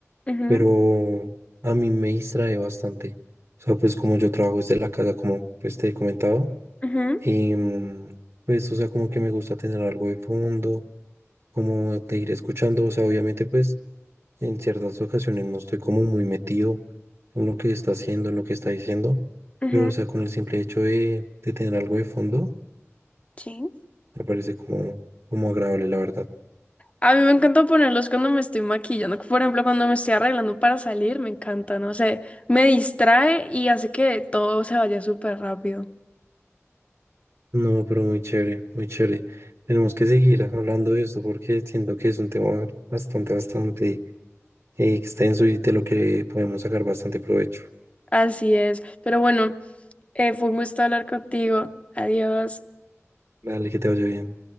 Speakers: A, on the left (about 25°); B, on the right (about 55°).
A: ujú,
B: pero a mí me distrae bastante. O sea, pues como yo trabajo desde la casa, como pues te he comentado,
A: ujú,
B: em, pues o sea, como que me gusta tener algo de fondo, como te iré escuchando, o sea, obviamente pues En ciertas ocasiones no estoy como muy metido en lo que está haciendo, en lo que está diciendo,
A: ujú,
B: pero o sea, con el simple hecho de, de tener algo de fondo,
A: Sí.
B: me parece como, como agradable, la verdad.
A: A mí me encanta ponerlos cuando me estoy maquillando. Por ejemplo, cuando me estoy arreglando para salir, me encanta, no sé, me distrae y hace que todo se vaya súper rápido.
B: No, pero muy chévere, muy chévere. Tenemos que seguir hablando de esto porque siento que es un tema bastante, bastante eh, extenso y de lo que podemos sacar bastante provecho.
A: Así es. Pero bueno, eh, fue un gusto hablar contigo. Adiós.
B: Dale, que te vaya bien.